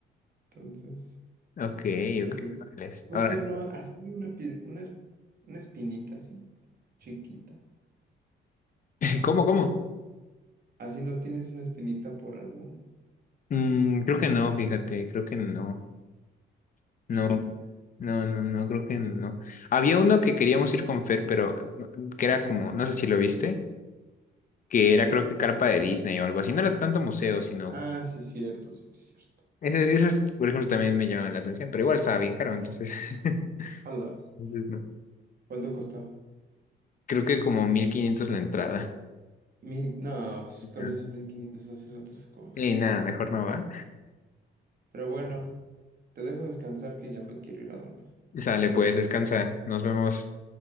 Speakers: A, on the right (about 50°); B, on the left (about 40°).
A: Entonces,
B: Ok,
A: yo
B: ok.
A: creo que...
B: Órale.
A: sí. No,
B: órale.
A: tú no, así una, pi- una, es- una espinita así, chiquita.
B: <laughs> ¿Cómo, cómo?
A: Así no tienes una espinita por alguno,
B: Mm, creo que no, fíjate, creo que no. No.
A: chinita.
B: No, no, no, creo que no. Había uno que queríamos ir con Fer, pero no- que era como, no sé si lo viste, que era creo que carpa de Disney o algo así. No era tanto museo, sino...
A: Ah, sí, cierto, sí, cierto.
B: Ese, esas, por ejemplo, también me llamaban la atención, pero igual estaba bien caro, entonces... <laughs>
A: A la vi-
B: entonces no.
A: ¿Cuánto costaba?
B: Creo que como 1500 la entrada.
A: Mil, no, pues
B: Ujú.
A: con esos 1500 haces otras cosas.
B: Sí, nada, mejor no va.
A: Pero bueno, te dejo descansar que ya me quiero ir a dormir.
B: Sale, pues, descansa. Nos vemos.